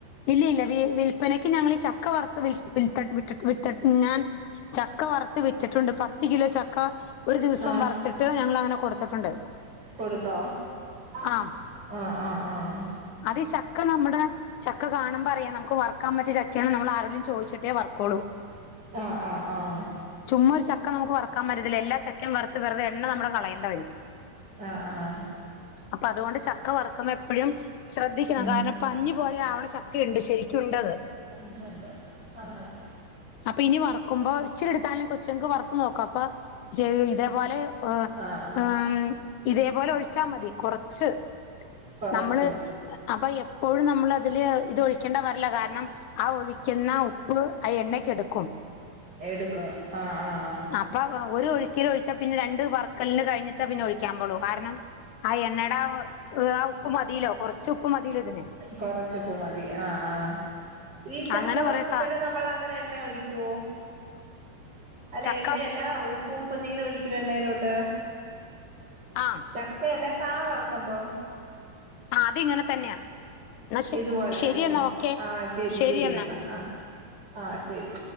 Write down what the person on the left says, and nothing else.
ഇല്ലില്ല, വിൽപ്പനയ്ക്ക് ഞങ്ങളി ഈ ചക്ക വർ വിൽ വിൽത്തട്ട് വിട്ടട്ട് വിത്തട്ട് ഞാൻ ചക്ക വറുത്ത് വിറ്റിട്ടുണ്ട്. പത്ത് കിലോ ചക്ക. ഒരു ദിവസം
വറിത്തിട്ട് ഞങ്ങെള് അങ്ങനെ കൊടുത്തിട്ടുണ്ട്.
ആഹ്
അത് ഈ ചക്ക നമ്മെടെ. ചക്ക കാണുമ്പയറിയാം നമ്മെക്ക് വർ ക്കാ പറ്റിയ ചക്കെയണ് നമ്മെള് ആരെടെങ്കിലും ചോദിച്ചിട്ടേ വർക്കോളൂ.
ചുമ്മാ ഒരു ചക്ക നമുക്ക് വറുക്കാൻ പറ്റത്തില്ല. എല്ലാ ചക്കയും വറുത്ത് വെറുതെ എണ്ണ നമ്മള് കളേയെണ്ട വെരും.
അപ്പ അതുകൊണ്ട് ചക്ക വറെക്കുന്ന എപ്പഴും ശ്രദ്ധിക്കണം.
കാരണം പഞ്ഞി പോ ആവണ ചക്കയുണ്ട്. ശരിക്കും ഉണ്ടത്.
അപ്പ ഇനി വറക്കുമ്പോ ഇച്ചിരി എടുത്താലും കൊച്ചങ്ങിക്ക് വറുത്ത് നോക്ക്. അപ്പൊ ചെയ്‌വോ ഇതേപോലെ. ഉവ്വ്
ആന്നി ഇതേപോലെ ഒഴിച്ചാ മതി. കൊറെച്ച്,
നമ്മെള് അപ്പൊ എപ്പോഴും ന നമ്മളതില് ഇത് ഒഴിക്കേണ്ട വരില്ല. കാരണം ആ ഒഴിക്കുന്ന ഉപ്പ് ആ എണ്ണക്കെടുക്കും.
അപ്പ ഒരു ഒഴുക്കില് ഒഴിച്ചാ പിന്നെ രണ്ട് വർക്കെലിന് കഴിഞ്ഞിട്ടേ പിന്നെ ഒഴിക്കാൻ പോള് കാരണം. ആ എണ്ണേടെ ആ ഉപ്പ് മതിലോ. കൊറെച്ച് ഉപ്പ് മതിലോ ഇതിന്.
അങ്ങനെ
കൊറെ സ
ചക്ക
ആഹ്
ആ അത് ഇങ്ങനെ തന്നെയാ എന്നാ ശെ
ശെരിയെന്നാ
ഓക്കെ
ശെരിയെന്നാ.